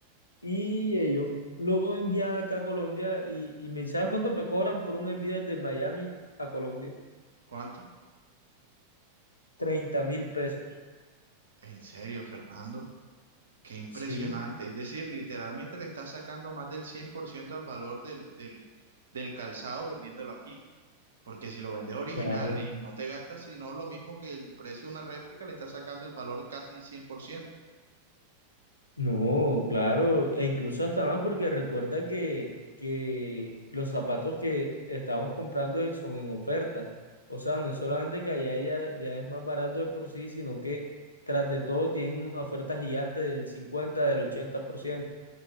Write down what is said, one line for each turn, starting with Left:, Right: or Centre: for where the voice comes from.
Left: Y ellos lo envían acá a Colombia y, y me, ¿sabes cuánto me cobran por un envío desde Miami a Colombia?
Right: ¿Cuánto?
Left: treinta mil pesos.
Right: En serio, Fernando. Qué impresionante.
Left: Sí.
Right: Es decir, literalmente le está sacando más del 100% al valor del, del, del calzado vendiéndolo aquí. Porque si lo vendes original
Left: Claro,
Right: y no te gastas, sino lo mismo que el precio de una réplica, le está sacando el valor casi cien por ciento
Left: No, claro, e incluso hasta más porque recuerda que, que los zapatos que estamos comprando son en oferta. O sea, no es solamente que allá ya, ya es más barato de por sí, sino que tras de todo tienen una oferta gigante del cincuenta del ochenta por ciento